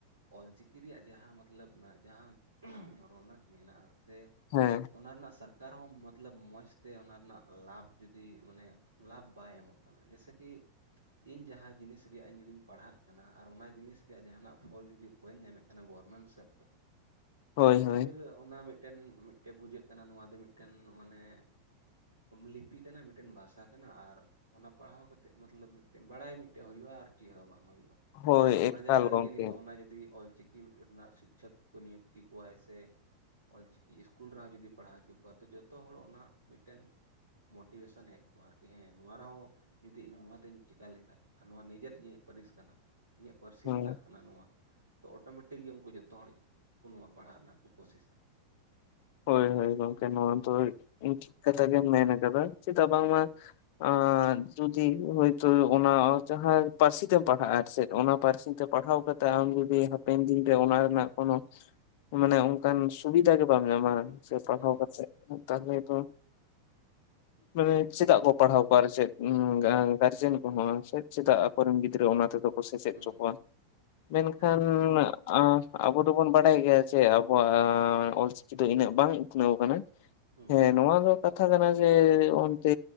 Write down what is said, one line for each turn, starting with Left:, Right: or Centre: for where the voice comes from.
Right: ᱚᱞᱪᱤᱠᱤ ᱨᱮᱭᱟᱜ ᱡᱟᱦᱟᱸ ᱢᱚᱛᱞᱚᱵ ᱡᱟᱦᱟᱸ ᱨᱚᱱᱟᱠ ᱢᱮᱱᱟᱜᱼᱟ ᱥᱮ
Left: ᱦᱮᱸ
Right: ᱚᱱᱟ ᱨᱮᱱᱟᱜ ᱥᱚᱨᱠᱟᱨ ᱦᱚᱸ ᱢᱚᱛᱞᱚᱵ ᱢᱚᱡᱽ ᱛᱮ ᱚᱱᱟ ᱨᱮᱱᱟᱜ ᱞᱟᱵᱷ ᱡᱩᱫᱤ ᱢᱟᱱᱮ ᱞᱟᱵᱷ ᱵᱟᱭ ᱮᱢᱚᱜ ᱠᱟᱱᱟ ᱡᱮᱭᱥᱮ ᱠᱤ ᱤᱧ ᱡᱟᱦᱟᱸ ᱡᱤᱱᱤᱥ ᱨᱮᱭᱟᱜ ᱤᱧ ᱡᱩᱫᱤᱧ ᱯᱟᱲᱦᱟᱜ ᱠᱟᱱᱟ ᱟᱨ ᱚᱱᱟ ᱡᱤᱱᱤᱥ ᱨᱮᱭᱟᱜ ᱡᱟᱦᱟᱱᱟᱜ ᱯᱷᱚᱞ ᱡᱩᱫᱤ ᱵᱟᱹᱧ ᱧᱟᱢᱮᱫ ᱠᱟᱱᱟ ᱜᱚᱨᱢᱮᱱᱴ ᱥᱮᱫ ᱠᱷᱚᱡ
Left: ᱦᱳᱭ
Right: ᱛᱚ
Left: ᱦᱳᱭ
Right: ᱯᱷᱤᱨ ᱚᱱᱟ ᱢᱤᱫᱴᱮᱱ ᱢᱤᱫᱴᱮᱱ ᱵᱩᱡᱷᱟᱹᱜ ᱠᱟᱱᱟ ᱱᱚᱣᱟ ᱫᱚ ᱢᱤᱫᱴᱮᱱ ᱢᱟᱱᱮ ᱞᱤᱯᱤ ᱠᱟᱱᱟ ᱢᱤᱫᱴᱮᱱ ᱵᱷᱟᱥᱟ ᱠᱟᱱᱟ ᱟᱨ ᱚᱱᱟ ᱯᱟᱲᱦᱟᱣ ᱠᱟᱛᱮᱫ ᱢᱚᱛᱞᱚᱵ ᱢᱤᱫᱴᱮᱱ ᱵᱟᱲᱟᱭ ᱢᱤᱫᱴᱮᱡ ᱦᱩᱭᱩᱜᱼᱟ ᱟᱨ ᱪᱮᱫ ᱦᱚᱸ ᱵᱟᱝ ᱦᱩᱭᱩᱜᱼᱟ
Left: ᱦᱳᱭ
Right: ᱞᱮᱠᱤᱱ ᱚᱱᱟ
Left: ᱮᱠᱟᱞ
Right: ᱡᱟᱭᱜᱟ ᱨᱮᱜᱮ
Left: ᱜᱚᱝᱠᱮ
Right: ᱱᱤᱛᱚᱜ ᱚᱱᱟ ᱡᱩᱫᱤ ᱚᱞᱪᱤᱠᱤ ᱨᱮᱱᱟᱜ ᱥᱤᱠᱥᱚᱠ ᱠᱚ ᱱᱤᱭᱩᱠᱛᱤ ᱠᱚᱣᱟᱭ ᱥᱮ ᱚᱞᱪᱤᱠᱤ ᱤᱥᱠᱩᱞ ᱨᱮᱦᱚᱸ ᱡᱩᱫᱤ ᱯᱟᱲᱦᱟᱣ ᱦᱚᱪᱚ ᱠᱚᱣᱟ ᱛᱚ ᱡᱚᱛᱚ ᱦᱚᱲ ᱚᱱᱟ ᱢᱤᱫᱴᱮᱱ ᱢᱳᱴᱤᱵᱷᱮᱥᱚᱱ ᱦᱮᱡ ᱠᱤ ᱦᱮᱸ ᱱᱚᱣᱟ ᱨᱮᱦᱚᱸ ᱡᱩᱫᱤ ᱤᱧ ᱱᱚᱣᱟᱛᱤᱧ ᱪᱤᱠᱟ ᱞᱮᱠᱷᱟᱡ ᱱᱚᱣᱟ ᱱᱤᱡᱮᱨᱟᱜ ᱜᱮ ᱯᱟᱹᱨᱤᱥ ᱠᱟᱱᱟ ᱤᱧᱟᱹᱜ ᱯᱟᱹᱨᱥᱤ
Left: ᱦᱮᱸ
Right: ᱨᱮᱱᱟᱜ ᱠᱟᱱᱟ ᱱᱚᱣᱟ ᱛᱚ ᱚᱴᱳᱢᱮᱴᱤᱠ ᱜᱮ ᱩᱱᱠᱩ ᱡᱚᱛᱚ ᱦᱚᱲ ᱠᱚ ᱱᱚᱣᱟ ᱯᱟᱲᱦᱟᱜ ᱨᱮᱱᱟᱜ ᱠᱚ ᱠᱚᱥᱤᱥᱟ
Left: ᱦᱳᱭ ᱦᱳᱭ ᱜᱚᱝᱠᱮ ᱱᱚᱣᱟ ᱫᱚ ᱴᱷᱤᱠ ᱠᱟᱛᱷᱟ ᱜᱮᱢ ᱢᱮᱱ ᱟᱠᱟᱫᱟ ᱪᱮᱫᱟᱜ ᱵᱟᱝᱢᱟ ᱟᱸᱜ ᱡᱩᱫᱤ ᱦᱳᱭᱛᱳ ᱚᱱᱟ ᱡᱟᱦᱟᱸ ᱯᱟᱹᱨᱥᱤ ᱛᱮᱢ ᱯᱟᱲᱦᱟᱜᱼᱟ ᱟᱨ ᱪᱮᱫ ᱚᱱᱟ ᱯᱟᱹᱨᱥᱤ ᱛᱮ ᱯᱟᱲᱦᱟᱣ ᱠᱟᱛᱮᱫ ᱟᱢ ᱡᱩᱫᱤ ᱦᱟᱯᱮᱱ ᱫᱤᱱ ᱨᱮ ᱚᱱᱟ ᱨᱮᱱᱟᱜ ᱠᱳᱱᱚ ᱢᱟᱱᱮ ᱚᱱᱠᱟᱱ ᱥᱩᱵᱤᱫᱷᱟ ᱜᱮ ᱵᱟᱢ ᱧᱟᱢᱟ ᱥᱮ ᱯᱟᱲᱦᱟᱣ
Right: ᱦᱩᱸ
Left: ᱠᱟᱛᱮᱫ ᱛᱟᱦᱚᱞᱮ ᱫᱚ ᱢᱟᱱᱮ ᱪᱮᱫᱟᱜ ᱠᱚ ᱯᱟᱲᱦᱟᱣ ᱠᱚᱣᱟ ᱟᱨ ᱪᱮᱫ ᱜᱟᱨᱡᱮᱱ ᱠᱚᱦᱚᱸ ᱥᱮ ᱪᱮᱫᱟᱜ ᱟᱠᱚᱨᱮᱱ ᱜᱤᱫᱽᱨᱟᱹ ᱚᱱᱟ ᱛᱮᱫᱚ ᱠᱚ ᱥᱮᱪᱮᱫ
Right: ᱦᱩᱸ
Left: ᱦᱚᱪᱚ ᱠᱚᱣᱟ ᱢᱮᱱᱠᱷᱟᱱ
Right: ᱦᱮᱸ ᱟᱫᱚ
Left: ᱟᱸ
Right: ᱦᱩᱸ
Left: ᱟᱵᱚ ᱫᱚᱵᱚᱱ ᱵᱟᱲᱟᱭ ᱜᱮᱭᱟ ᱡᱮ ᱟᱵᱚᱣᱟᱜ ᱚᱞᱪᱤᱠᱤ ᱫᱚ ᱤᱱᱟᱹᱜ ᱵᱟᱝ ᱩᱛᱱᱟᱹᱣ ᱟᱠᱟᱱᱟ
Right: ᱦᱩᱸ
Left: ᱦᱮᱸ ᱱᱚᱣᱟ ᱫᱚ ᱠᱟᱛᱷᱟ ᱠᱟᱱᱟ ᱡᱮ ᱚᱱᱛᱮ